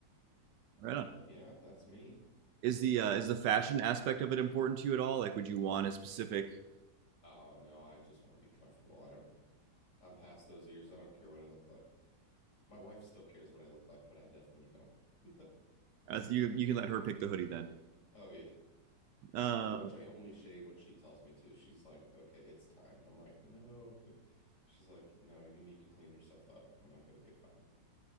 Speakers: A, on the right; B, on the left.
A: Right on.
B: but yeah, that's me.
A: is the uh, is the fashion aspect of it important to you at all? Like, would you want a specific?
B: Oh no, I just want to be comfortable. I don't, I'm past those years. I don't care what I look like. My wife still cares what I look like, but I definitely don't. <laughs>
A: As you you can let her pick the hoodie then.
B: Oh yeah.
A: Uh,
B: Pretty much I only shave when she tells me to. She's like, "Okay, it's time." And I'm like, "No." <laughs> She's like, "No, you need to clean yourself up." I'm like, "Okay, fine."